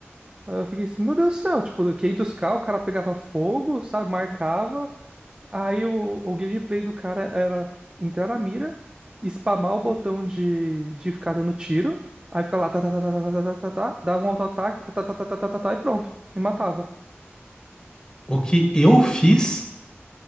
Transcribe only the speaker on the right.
Aí Eu fiquei assim, meu Deus do céu, tipo, 500k, o cara pegava fogo, sabe, marcava, aí o, o gameplay do cara era entrar na mira, spamar o botão de, de ficar dando tiro, aí ficar lá, tá, tá, tá, tá, tá, tá, tá, tá, tá, dava um auto-ataque, tá, tá, tá, tá, tá, tá, tá, tá, e pronto, e matava.